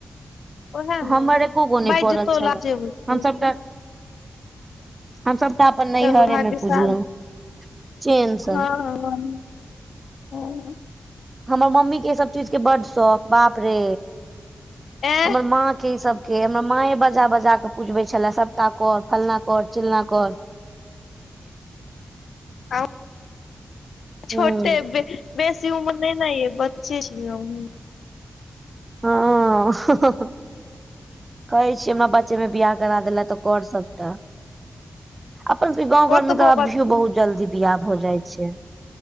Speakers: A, on the left (about 85°); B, on the right (about 35°).
A: ओएह
B: हमर
A: ने
B: एको गो नै
A: बाजि
B: पड़ल
A: जेतौ
B: छलए
A: लाजे होइत
B: हमसभटा
A: रहै
B: हम सबटा अपन नैहरेमें
A: चलू भाग्यशाली
B: पुजलहुँ। चेन से
A: हँ -हँ ओ।
B: हमर मम्मी के ई सब चीज के बड्ड शौख, बाप रे
A: ऐं
B: हमर माँ के ई सब के हमरा माऐ बजा- बजा के पुजबे छले, सबपटा कर फलां कर चिलना कर।
A: हम
B: हूं
A: छोटे बेसी-बेसी उमर नै ने येऽ बच्चे छी ने अंहू।
B: हऽ कहै छीयै, हमरा बच्चे मे बियाह करा देलऽ तऽ कर सबटा। अपन सबके गाँंव
A: ओतबो
B: घर मे तऽ अभियो
A: बच्चा
B: बहुत जल्दी बियाह भ जाइ छै।